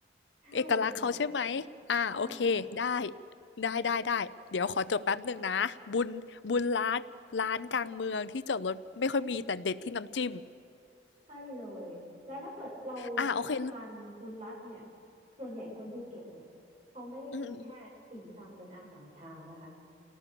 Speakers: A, on the right; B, on the left.
A: ใช่
B: เอกลักษณ์เขาใช่ไหม
A: ค่ะ
B: อ่าโอเคได้
A: ใช่ค่ะ
B: ได้ได้ได้เดี๋ยวขอจดแป๊บหนึ่งนะบุญบุญร้านร้านกลางเมืองที่จอดรถไม่ค่อยมีแต่เด็ดที่น้ำจิ้ม
A: ใช่เลยแล้วถ้าเกิดเราแบบทานบุญรัตน์เนี่ย
B: อ่าโอเค
A: ส่วนใหญ่คนภูเก็ตเนี่ยเขาไม่ได้กินแค่ติ่มซำเป็นอาหารเช้านะคะ
B: อืมอืมอืม